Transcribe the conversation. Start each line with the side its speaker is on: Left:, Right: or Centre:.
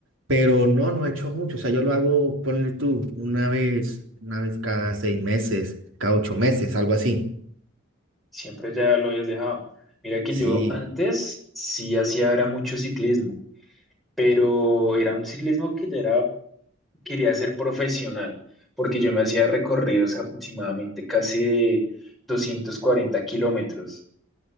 Right: Pero no, no he hecho mucho. O sea, yo lo hago, ponle tú, una vez, una vez cada seis meses, cada ocho meses, algo así.
Centre: Siempre ya lo habías dejado. Mira que
Right: Sí.
Centre: yo antes sí hacía era mucho ciclismo, pero era un ciclismo que ya era quería ser profesional, porque yo me hacía recorridos aproximadamente casi de 240 kilómetros.